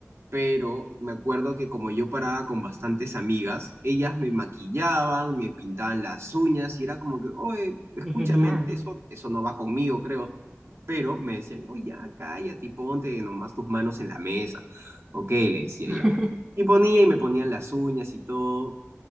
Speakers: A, on the right; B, on the right.
A: pero me acuerdo que como yo paraba con bastantes amigas, ellas me maquillaban, me pintaban las uñas y era como que, oye, escúchame,
B: es genial.
A: eso, eso no va conmigo, creo. Pero me decían, oye, ya, cállate y ponte nomás tus manos en la mesa. Ok, le decía
B: <laughs>
A: ya. Y ponía y me ponían las uñas y todo.